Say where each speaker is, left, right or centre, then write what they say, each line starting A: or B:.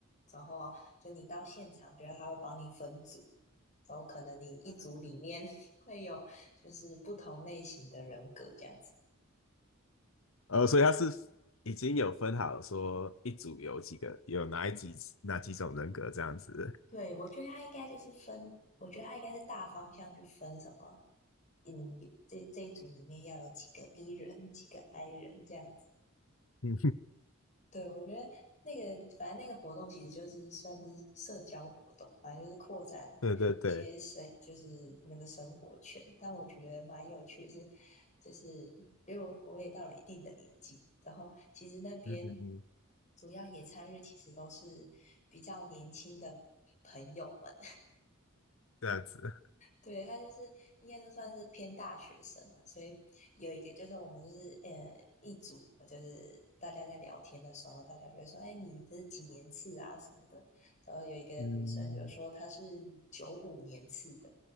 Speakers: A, on the left (about 35°); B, on the left (about 70°).
A: 然后啊就你到现场，觉得他会帮你分组，然后可能你一组里面 <laughs> 会有就是不同类型的人格这样子。
B: 呃，所以他是已经有分好说一组有几个，有哪一几哪几种人格这样子。
A: 对，我觉得他应该就是分，我觉得他应该是大方向去分什么，嗯，这这一组里面要有几个 E 人，<laughs> 几个 I 人这样子。
B: 嗯
A: 对，我觉得那个反正那个活动其实就是算是社交活动，反正就是扩展一些生，
B: <laughs>，对对对 <laughs>，
A: 就是那个生活圈。但我觉得蛮有趣的是，就是因为我我也到了一定的年纪，然后其实那边
B: 嗯嗯嗯，
A: 主要野餐日其实都是比较年轻的朋友们。
B: 这样子，
A: 对，他就是应该都算是偏大学生了，所以有一个就是我们就是呃一组，就是大家在聊天的时候，大家就会说，哎，你这是几年次啊什么的。然后有一个女生就说她是九五年次的，
B: 嗯，